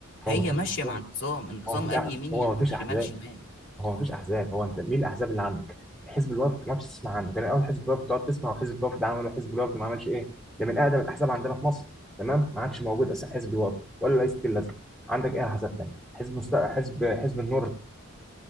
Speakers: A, on the left (about 60°); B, in the centre.
A: هي
B: هو ما فيش
A: ماشية
B: احزاب
A: مع النظام النظام
B: هو ما فيش
A: قال
B: أح-
A: يمين
B: هو
A: يمين
B: ما فيش
A: شمال
B: احزاب
A: شمال
B: هو مفيش احزاب هو انت مين الاحزاب اللي عندك حزب الوفد ما كنتش تسمع عنه كان الاول حزب الوفد تقعد تسمع وحزب الوفد عمل ولا حزب الوفد ما عملش ايه ده من اقدم الاحزاب عندنا في مصر تمام ما عادش موجود اصلا حزب الوفد ولا رئيس الازمه عندك ايه احزاب تاني حزب مست... حزب حزب النور